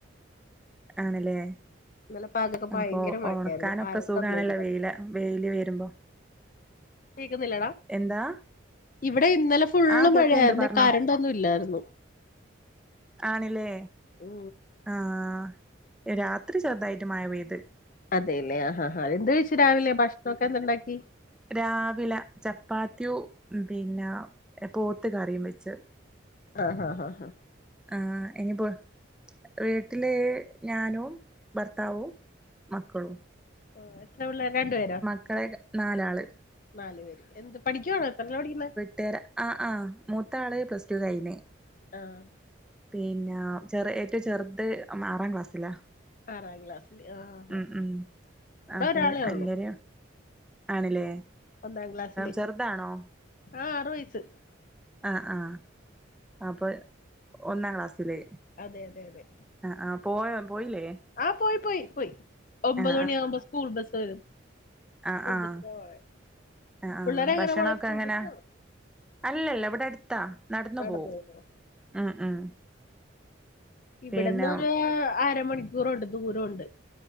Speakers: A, in the centre; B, on the left.
A: ആണ്ലേ
B: ഇന്നലെ പകലൊക്കെ
A: അപ്പൊ
B: ഭയങ്കര മഴയായിരുന്നു
A: ഒണക്കാനൊക്കെ
B: കറണ്ട്
A: സുഖാണല്ലോ
B: ഒന്നും ഇല്ലായിരുന്നു
A: വെയില വെയില് വെരുമ്പോ
B: കേക്കുന്നില്ലേടാ
A: എന്താ
B: ഇവിടെ ഇന്നലെ ഫുള്ള്
A: ആ കേക്കണ്ട്
B: മഴയായിരുന്നേ
A: പറഞ്ഞോ
B: കരണ്ടൊന്നും ഇല്ലായ്രുന്നു
A: ആണ്ലേ
B: ഉം
A: ആഹ് എ രാത്രി ചെറുതായ്ട്ട് മഴ പെയ്ത്
B: അതെല്ലേ ആഹ് എന്ത് കഴിച്ച് രാവിലെ ഭക്ഷണോക്കെ എന്ത്ണ്ടാക്കി
A: രാവില ചപ്പാത്തിയു ഉം പിന്ന പോത്ത് കറിയും വെച്ച്
B: അഹ് അഹ്
A: ആഹ് എനിപ്പോ വീട്ടില് ഞാനും ഭർത്താവും മക്കളും
B: ആഹ് എത്ര വിള്ളേര രണ്ട് പേരോ
A: <unintelligible> നാലാള്
B: നാല് പേര് എന്ത് പഠിയ്ക്കുവാണോത്രല്ല പഠിക്കുന്നേ
A: തെര ആഹ് ആഹ് മൂത്താള് പ്ലസ് ടു കഴിഞ്ഞ്
B: ആഹ്
A: പിന്നെ ചെറ ഏറ്റവും ചെറുത് ആറാം ക്ലാസ്സിലാ.
B: ആറാം ക്ലാസ്സില് ആഹ്
A: ഉം ഉം
B: ഇവിടെ
A: അപ്പ
B: ഒരാളെ
A: അത്
B: ഉള്ളൂ
A: അല്ലരോ ആണല്ലേ?
B: ഒന്നാം ക്ലാസ്സില്
A: ചെറുതാണോ
B: ആഹ് ആറു വയസ്
A: ആഹ് ആഹ് അപ്പൾ ഒന്നാം ക്ലാസ്സില്.
B: അതെ അതെ അതെ
A: ആഹ് ആഹ് പോ പോയില്ലേ?
B: ആഹ് പോയി പോയി പോയി ഒമ്പത്
A: ആ
B: മണിയ ആകുമ്പോ സ്കൂൾ ബസ് വരും
A: ആഹ്
B: സ്കൂൾ
A: ആഹ്
B: ബസ്സിനാ പോണെ
A: ആ ആഹ്
B: പിള്ളേര്
A: ഭക്ഷണൊക്കെ
B: എങ്ങനെ പോണെ സ്കൂൾ
A: എങ്ങനെ?
B: ബസ്സിനാണോ
A: അല്ലല്ല ഇവിടെ അടുത്താ നടന്നു
B: നടന്ന്
A: പോവും
B: പോണോ
A: ഉം ഉം
B: ഇവിടന്നരു
A: പിന്നെ
B: അരമണിക്കൂറുണ്ട് ദൂരംണ്ട്.